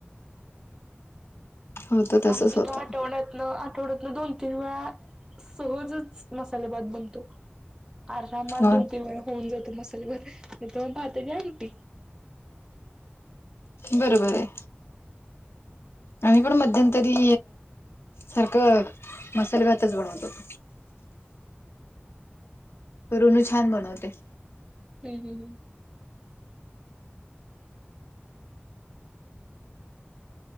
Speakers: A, on the left; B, on the right.
A: होत तसच
B: आमच्या
A: होत.
B: तर आठवड्यातनं आठवड्यातन दोन तीन वेळा सहजच मसाले भात बनतो. आरामात
A: हा
B: दोन तीन वेळा होऊन जातो मसल म मी तर मग भात आणि आमटी.
A: बरोबर आहे आम्ही पण मध्यंतरी सारखं मसाल भातच बनवत होतो. ऋनू छान बनवते!
B: हम् हम हम!